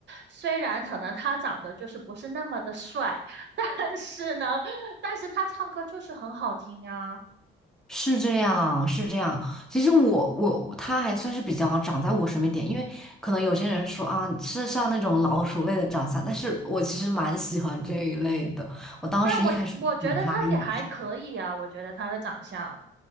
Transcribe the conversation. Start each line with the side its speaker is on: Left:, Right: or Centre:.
Right: 虽然可能他长得就是不是那么的帅，<laughs> 但是呢，但是他唱歌就是很好听啊。
Centre: 是这样，是这样。其实我我他还算是比较长在我审美点，因为可能有些人说啊是像那种老鼠类的长相，但是我其实蛮喜欢这一类的。我当时一开始选他也是。
Right: 对啊，我我觉得他也还可以啊，我觉得他的长相